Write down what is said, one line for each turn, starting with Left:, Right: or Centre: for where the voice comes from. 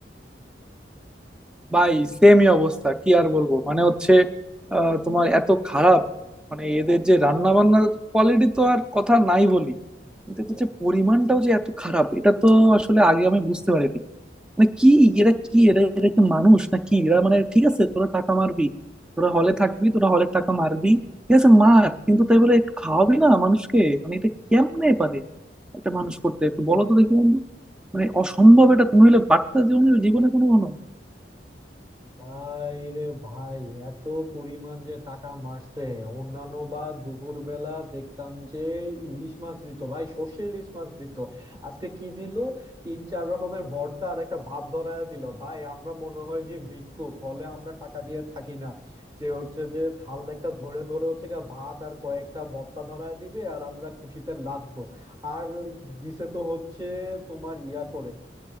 Centre: ভাই সেমই অবস্থা কি আর বলবো মানে হচ্ছে আহ, তোমার এত খারাপ মানে এদের যে রান্না বান্নার কোয়ালিটি তো আর কথা নাই বলি কিন্তু এদের যে পরিমাণটাও যে এত খারাপ এটা তো আসলে আগে আমি বুঝতে পারিনি মানে কি এরা কি এরা এরা কি মানুষ না কি এরা মানে ঠিক আছে তোরা টাকা মারবি তোরা হলে থাকবি তোরা হলের টাকা মারবি ঠিক আছে মার কিন্তু তাই বলে একটু খাওয়াবি না মানুষকে মানে এটা কেমনে পারে একটা মানুষ করতে একটু বলো তো দেখি বন্ধু মানে অসম্ভব এটা তুমি হলে পারতা জীবনে জীবনে কোনো কোনো
Right: ভাই রে ভাই এত পরিমাণ যে টাকা মারছে অন্যান্য বা দুপুর বেলা দেখতাম যে ইলিশ মাছ দিত ভাই সর্ষে ইলিশ মাছ দিত আজকে কি দিল তিন চার রকমের ভর্তা আর একটা ভাত ধরায় দিল ভাই আমরা মনে হয় যে ভিক্ষুক হলে আমরা টাকা দিয়ে থাকি না যে হচ্ছে যে থাল একটা ধরে ধরে হচ্ছে গিয়ে ভাত আর কয়েকটা ভর্তা ধরায় দিবে আর আমরা খুশিতে নাচবো আর দিছে তো হচ্ছে তোমার ইয়া করে